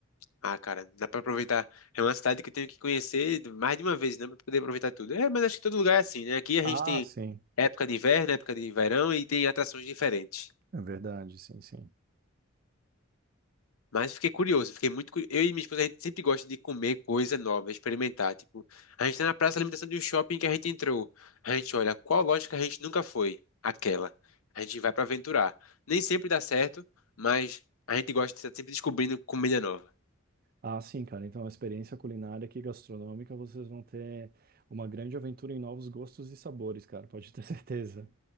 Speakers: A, on the left; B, on the right.
A: Ah, cara, dá pra aproveitar. É uma cidade que eu tenho que conhecer mais de uma vez, né? Pra poder aproveitar tudo. É, mas acho que todo lugar é assim, né? Aqui a
B: Ah,
A: gente tem
B: sim,
A: época de inverno, época de verão e tem atrações diferentes.
B: é verdade, sim, sim.
A: Mas fiquei curioso, fiquei muito curioso. Eu e minha esposa, a gente sempre gosta de comer coisa nova, experimentar. Tipo, a gente tá na praça de alimentação de um shopping que a gente entrou. A gente olha, qual loja que a gente nunca foi? Aquela. A gente vai pra aventurar. Nem sempre dá certo, mas a gente gosta de estar sempre descobrindo comida nova.
B: Ah, sim, cara. Então, a experiência culinária aqui gastronômica, vocês vão ter uma grande aventura em novos gostos e sabores, cara. Pode ter <laughs> certeza.